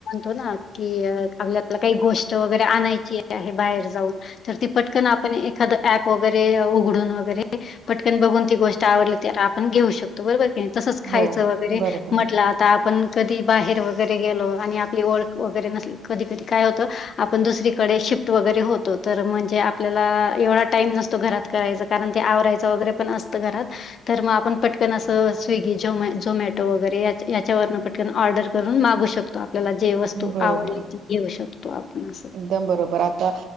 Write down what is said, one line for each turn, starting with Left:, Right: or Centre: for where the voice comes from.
Left: हो ना, की आपल्याला काही गोष्ट वगैरे आणायची आहे बाहेर जाऊन तर तु पट पण आपण एखादं ऍप वगैरे उघडून वगैरे. पटकन बघून ती गोष्ट आवडली तर आपण घेऊ शकतो बरोबर की नाय, तसंच खायचं
Right: हो
Left: वगैरे
Right: बरोबर
Left: म्हटलं आता आपण कधी बाहेर वगैरे गेलो आणि आपली ओळख वगैरे नसली कधी-कधी काय होतं. आपण दुसरीकडे शिफ्ट वगैरे होतो तर म्हणजे. आपल्याला एवढा टाइम नसतो घरात करायचा कारण ते आवरायचं वगैरे पण असतं घरात. तर मग आपण पटकन असं स्विगी, झ्योमॅ-झोमॅटो वगैरे याच्या याच्यावरन पटकन ऑर्डर करून मागू शकतो. आपल्याला जे वस्तू
Right: बरोबर
Left: आवडली ती घेऊ शकतो आपण. असं.
Right: एकदम बरोबर आता